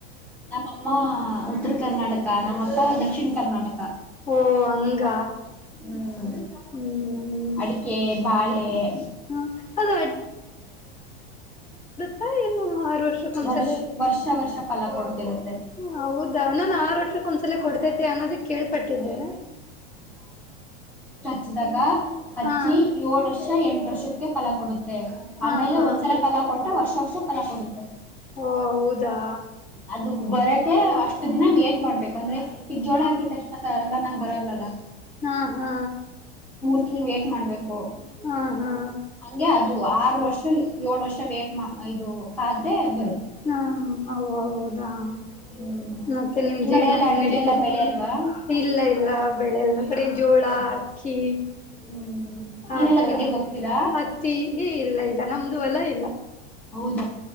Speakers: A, in the centre; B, on the left (about 25°).
A: ನಮ್ಮಮ್ಮ ಹ ಉತ್ತರ ಕರ್ನಾಟಕ ನಮ್ಮಪ್ಪ ದಕ್ಷಿಣ ಕರ್ನಾಟಕ.
B: ಓ ಹಂಗ
A: ಹ್ಮ್
B: ಹ್ಮ್
A: ಅಡಿಕೆ, ಬಾಳೆ ಹ
B: ಹ್ಮ ಅದು ಹ ಆರು ವರ್ಷಕ್ಕ ಒಂದ್ಸಲ,
A: ವರ್ಷ ವರ್ಷ ವರ್ಷ ಫಲ ಕೊಡ್ತಿರುತ್ತೆ
B: ಹೌದಾ ನಾನ ಆರು ವರ್ಷ ಒಂದ್ಸಲ ಕೊಡ್ತೈತಿ ಅನ್ನೋದ ಕೇಳ್ಪಟ್ಟಿದ್ದೆ.
A: ಹೆಸ್ದಾಗ ಹಚ್ಚಿ
B: ಹಾ
A: ಏಳ ವರ್ಷ, ಎಂಟ ವರ್ಷಕ್ಕೆ ಫಲ ಕೊಡುತ್ತೆ.
B: ಹಾ
A: ಆಮೇಲೆ
B: ಹಾ
A: ಒಂದ್ಸಲ ಫಲಾ ಕೊಟ್ರೆ ವರ್ಷ ವರ್ಷ ಫಲಾ ಕೊಡುತ್ತೆ
B: ಓ ಹೌದಾ
A: ಅದು ಬರಕೆ ಅಷ್ಟು ದಿನ ಏಟ್ ಮಾಡ್ಬೇಕು. ಅಂದ್ರೆ ಈಗ ಜೋಳ
B: ಹಾ
A: ಹಾಕಿ ತಕ್ಷಣ ಸಡನ್ನಾಗ್ ಬರಲ್ಲಾಲ.
B: ಹಾ ಹಾ
A: ನೀ ವೇಟ್ ಮಾಡ್ಬೇಕ್ ಹೊ
B: ಹಾ ಹಾ
A: ಹಂಗೆ ಅದು ಆರು ವರ್ಷ, ಏಳು ವರ್ಷ ವೇಟ್ ಮಾ ಇದು ಕಾದ್ರೆ ಬರುತ್ತೆ.
B: ಹಾ ಹೌ ಹೌದು. ಅದ
A: ಹ್ಮ್
B: ಮತ್ತೆ ನಿಮ
A: ನಿಮ್
B: ಜೀವನ
A: ಕಡೆ ಎಲ್ಲ
B: ಹೆಂಗ್
A: ಅಡಿಕೆ
B: ನಡೀತಿದೆ,
A: ಎಲ್ಲ ಬೆಳೆ ಅಲ್ವಾ
B: ಇಲ್ಲ ಇಲ್ಲ ಬೆಳೆಲ್ಲ ನಮ್ ಕಡೆ ಜೋಳಾ
A: ಹೌದಾ
B: ಅಕ್ಕಿ
A: ಹ್ಮ್ ನೀವೆಲ್ಲಾ
B: ಆತರ
A: ಗದ್ದೆಗೆ ಹೋಗ್ತೀರಾ
B: ಅತ್ತಿ ಏ ಇಲ್ಲ ಇಲ್ಲ ನಮ್ ಅದು ಹೊಲ ಇಲ್ಲ.
A: ಹೌದು.